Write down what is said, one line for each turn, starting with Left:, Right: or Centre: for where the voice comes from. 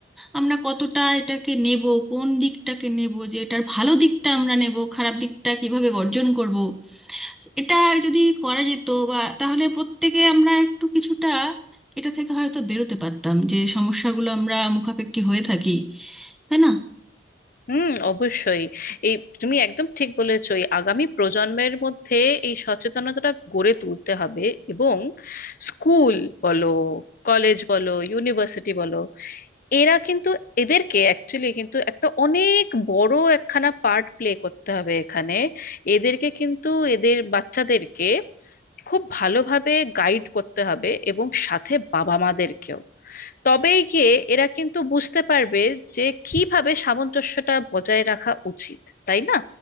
Centre: আমরা কতটা এটাকে নেব কোন দিকটাকে নেব যে এটার ভালো দিকটা আমরা নেব খারাপ দিকটা কিভাবে বর্জন করব এটা যদি করা যেত বা তাহলে প্রত্যেকে আমরা একটু কিছুটা এটা থেকে হয়তো বেরোতে পারতাম যে সমস্যাগুলো আমরা মুখাপেক্ষি হয়ে থাকি তাই না
Left: হুম অবশ্যই এই তুমি একদম ঠিক বলেছো এই আগামী প্রজন্মের মধ্যে এই সচেতনতাটা গড়ে তুলতে হবে এবং স্কুল বলো কলেজ বলো ইউনিভার্সিটি বলো এরা কিন্তু এদেরকে অ্যাকচুয়ালি কিন্তু একটা অনেক বড় একখানা পার্ট প্লে করতে হবে এখানে এদেরকে কিন্তু এদের বাচ্চাদেরকে খুব ভালোভাবে গাইড করতে হবে এবং সাথে বাবা মাদেরকেও তবেই গিয়ে এরা কিন্তু বুঝতে পারবে যে কিভাবে সামঞ্জস্যটা বজায় রাখা উচিত তাই না